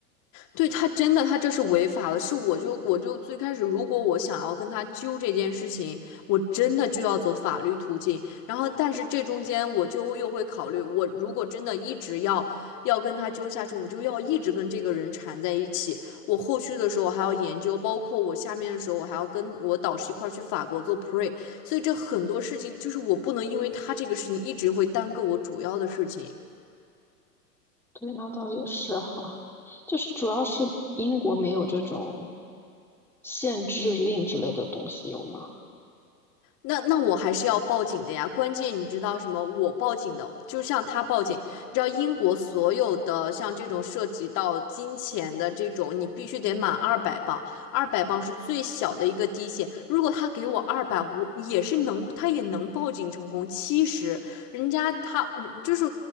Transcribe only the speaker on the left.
对他真的，他这是违法的。是我就我就最开始，如果我想要跟他揪这件事情，我真的就要走法律途径。然后，但是这中间我就又会考虑，我如果真的一直要要跟他揪下去，我就要一直跟这个人缠在一起。我后续的时候还要研究，包括我下面的时候，我还要跟我导师一块儿去法国做 pre。所以这很多事情就是我不能因为他这个事情一直会耽搁我主要的事情。
那那我还是要报警的呀。关键你知道什么？我报警的，就像他报警，你知道英国所有的像这种涉及到金钱的这种，你必须得满二百磅，二百磅是最小的一个低线。如果他给我二百，我也是能，他也能报警成功。七十，人家他嗯就是